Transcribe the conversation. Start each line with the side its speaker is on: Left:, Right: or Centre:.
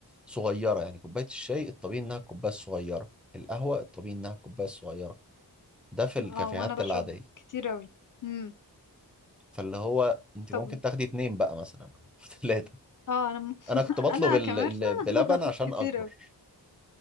Centre: صغيرة يعني كوباية الشاي الطبيعي إنها الكوباية الصغيرة القهوة الطبيعي إنها الكوباية الصغيرة ده في الكافيهات
Left: اه وانا بشرب
Centre: العادية
Left: كتير اوي امم
Centre: فاللي هو أنت
Left: طب
Centre: ممكن تاخدي اتنين بقى مثلا أو <laughs> تلاتة
Left: اه انا م...
Centre: أنا كنت
Left: <laughs>
Centre: بطلب
Left: انا
Centre: ال...
Left: كمرنا
Centre: ال... بلبن
Left: <laughs> هاخد
Centre: عشان
Left: كتير
Centre: أكبر
Left: اوي